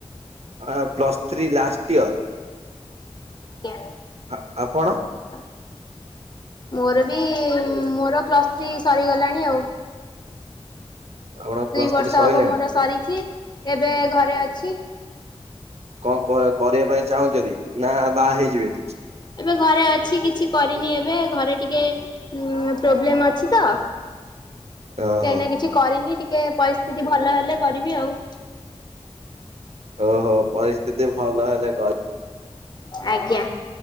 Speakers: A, on the right; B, on the left.
A: ଅ, ପ୍ଲସ୍ ଥ୍ରୀ ଲାଷ୍ଟ ଇୟର୍।
B: କେ
A: ଆ, ଆପଣ?
B: ଆ, ମୋର ବି ମୋର ପ୍ଲସ୍ ଥ୍ରୀ ସରିଗଲାଣି ଆଉ।
A: ଆପଣ ପ୍ଲସ୍
B: ଦୁଇ ବର୍ଷ
A: ଥ୍ରୀ ସଇଲାଣି?
B: ହବ ମୋର ସରିଚି, ଏବେ ଘରେ ଅଛି।
A: କଣ କର କରିବା ପାଇଁ ଚାହୁଁଚନ୍ତି ନା ବାହା ହେଇଯିବେ?
B: ଏବେ ଘରେ ଅଛି କିଛି କରିନି ଏବେ ଘରେ ଟିକେ ଉଁ, ପ୍ରୋବ୍ଲେମ୍ ଅଛି ତ।
A: <inaudible> ଓହୋ
B: ଏଇନା କିଛି କରିନି ଟିକେ ପରିସ୍ଥିତି ଭଲ ହେଲେ କରିବି ଆଉ।
A: ଓହୋ, ପରିସ୍ଥିତି ଭଲ ହେଲେ କରି
B: ଆଜ୍ଞା